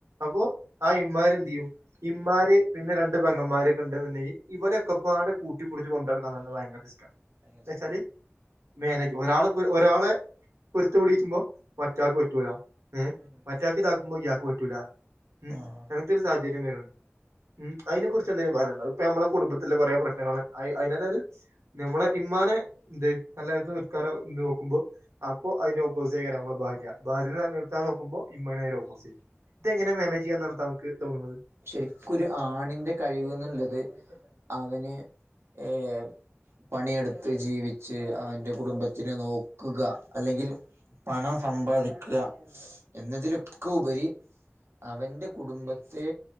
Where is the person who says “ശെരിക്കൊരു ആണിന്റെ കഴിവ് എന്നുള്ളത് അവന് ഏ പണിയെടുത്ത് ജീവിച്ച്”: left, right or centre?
Right